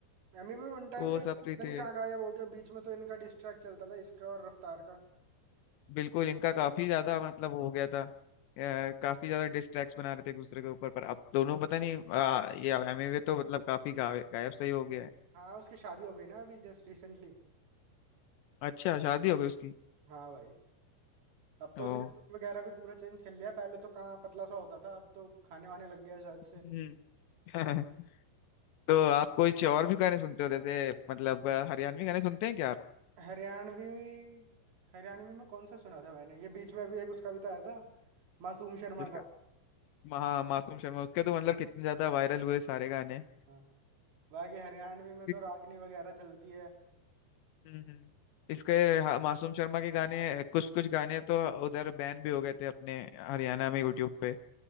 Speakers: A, on the right (about 55°); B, on the left (about 75°).
A: एमी भी बंटा
B: वो
A: भी आजकल
B: सब भी
A: पता
B: थे
A: नहीं कहाँ गायब हो गया बीच में तो इनका डिस्ट्रैक्ट चलता था इसका और रफ्तार का
B: बिल्कुल इनका काफी ज्यादा मतलब हो गया था अ, काफी ज्यादा डिस्ट्रैक्ट बना रहे थे एक दूसरे के ऊपर पर अब दोनों पता नहीं आ, ये एमवे तो मतलब काफी गायब गायब सही हो गया है
A: हाँ उसकी शादी हो गई ना अभी जस्ट रिसेंटली
B: अच्छा शादी हो गई उसकी
A: हाँ भाई अब तो
B: ओ
A: उसने look वगैरह भी पूरा चेंज कर लिया पहले तो कहाँ पतला सा होता था अब तो खाने वाने लग गया शायद
B: हम्म।
A: से
B: <laughs> तो आप कुछ और भी गाने सुनते हो जैसे मतलब अ, हरियाणवी गाने सुनते हैं क्या आप
A: हरियाणवी हरियाणवी में कौन सा सुना था मैंने ये बीच में अभी एक उसका भी तो आया था मासूम शर्मा
B: जिसका
A: का
B: महा मासूम शर्मा उसके तो मतलब कितने ज्यादा वायरल हुए सारे गाने
A: हाँ बाकी हरियाणवी में
B: उसके-
A: तो रागनी वगैरह चलती है
B: हम्म हम्म। इसके हाँ, मासूम शर्मा के गाने कुछ कुछ गाने तो उधर बैन भी हो गए थे अपने हरियाणा में यूट्यूब पे